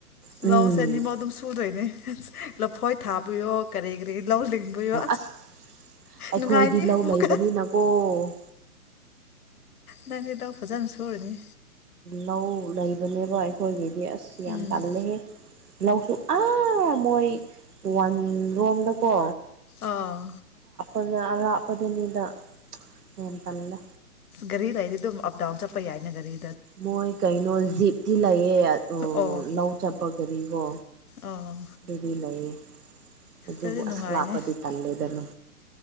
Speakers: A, on the right (about 85°); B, on the left (about 70°).
A: ꯎꯝ
B: ꯂꯧꯁꯦ ꯑꯅꯤꯃꯛ ꯑꯗꯨꯝ ꯁꯨꯗꯣꯏꯅꯦ ꯂꯐꯣꯏ ꯊꯥꯕꯤꯌꯣ ꯀꯔꯤ ꯀꯔꯤ ꯂꯧ ꯂꯤꯡꯕꯤꯌꯣ
A: ꯑꯁ ꯑꯩꯈꯣꯏꯗꯤ
B: ꯅꯨꯡꯉꯥꯏꯅꯤ
A: ꯂꯧ
B: ꯑꯃꯨꯛꯀ
A: ꯂꯩꯕꯅꯤꯅꯀꯣ <inaudible>
B: ꯅꯪꯗꯤ ꯂꯧ ꯐꯖꯥꯅ ꯁꯨꯔꯅꯤ
A: ꯂꯧ ꯂꯩꯕꯅꯦꯕ ꯑꯩꯈꯣꯏꯒꯤꯗꯤ ꯑꯁ
B: ꯎꯝ
A: ꯌꯥꯝ ꯇꯜꯂꯦꯍꯦ ꯂꯧꯁꯨ ꯑꯥ ꯃꯣꯏ ꯋꯥꯟ ꯔꯣꯝꯗꯀꯣ
B: ꯑꯥ
A: ꯑꯗꯥ ꯑꯔꯥꯞꯄꯗꯨꯅꯤꯗ ꯌꯥꯝ ꯇꯜꯂꯦ
B: ꯒꯥꯔꯤ ꯂꯩꯔꯤ ꯑꯗꯨꯝ ꯑꯞꯗꯥꯎꯟ ꯆꯠꯄ ꯌꯥꯏꯅꯦ ꯒꯥꯔꯤ
A: ꯃꯣꯏ ꯀꯩꯅꯣ ꯖꯤꯞꯇꯤ ꯂꯩꯌꯦ
B: ꯑꯣ
A: ꯂꯧ ꯆꯠꯄ ꯒꯥꯔꯤꯀꯣ
B: ꯑꯣ
A: ꯑꯗꯨꯗꯤ ꯂꯩꯌꯦ ꯑꯗꯨꯕꯨ
B: ꯑꯗꯨꯗꯤ ꯅꯨꯡꯉꯥꯏꯅꯤ
A: ꯑꯁ ꯂꯥꯞꯄꯗꯤ ꯇꯜꯂꯦꯗ ꯅꯨ